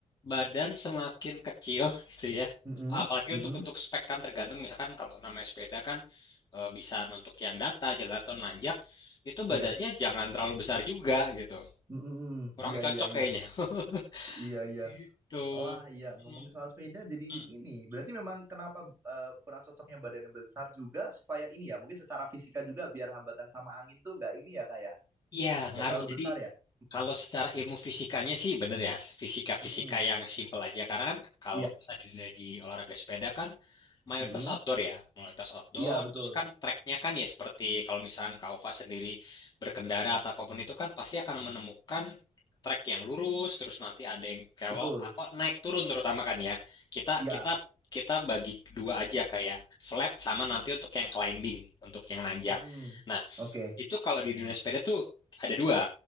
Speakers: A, on the left; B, on the right.
A: badan semakin kecil <laughs> gitu ya.
B: Mm-mm,
A: Apalagi
B: mm-mm,
A: untuk untuk spek kan tergantung misalkan kalau namanya sepeda kan eh, bisa untuk yang datar jalan atau nanjak itu
B: iya.
A: badannya jangan terlalu besar juga gitu.
B: Mhm, mhm.
A: Kurang
B: Iya
A: cocok
B: iya iya.
A: kayaknya. <laughs>
B: Iya iya.
A: Gitu.
B: Wah, iya
A: Hmm,
B: ngomongin soal sepeda jadi
A: hmm.
B: ini. Berarti memang kenapa eh, kurang cocoknya badannya besar juga supaya ini ya, mungkin secara fisika juga biar hambatan sama angin tuh nggak ini ya Kak ya.
A: Iya,
B: Nggak
A: ngaruh.
B: terlalu
A: Jadi,
B: besar ya. Mhm.
A: Kalau secara ilmu fisikanya sih bener ya, fisika-fisika
B: Mhm.
A: yang simple aja. Karena kan kalau
B: Iya.
A: misalnya di, di olahraga sepeda kan mayoritas
B: Mhm.
A: outdoor ya, mayoritas outdoor.
B: Iya betul.
A: Terus kan treknya kan ya seperti kalau misalkan Kak Ova sendiri berkendara atau apapun itu kan pasti akan menemukan trek yang lurus, terus nanti ada yang kelok
B: Betul.
A: atau naik turun terutama kan ya. Kita
B: Iya.
A: kita kita bagi dua aja kayak flat sama nanti untuk yang climbing, untuk yang nanjak.
B: Mhm.
A: Nah,
B: Oke.
A: itu kalau di dunia sepeda tuh ada dua.